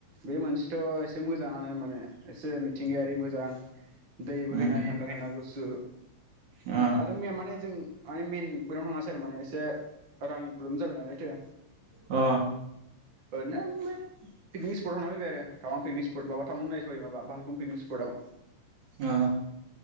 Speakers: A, on the right (about 40°); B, on the right (about 60°).
A: बे मोनसेथ एसे मोजाङानो माने एसे मिथिंगायारि मोजां दै बोहैनाय
B: उम
A: थान्दा थान्दा गुसु
B: अ
A: आरो मैया माने जों माने मेन फोराव थाङासै आरो माने एसे रांनि प्रब्लेम जाबाय नालायथो
B: अ
A: ओरैनो पिकनिक स्पट आव थांना फैबाय आरो। औ आं पिकनिक स्पट माबा थांमोन होन्नाय सरि माबा बाल फं पिनिक स्पटआव।
B: अ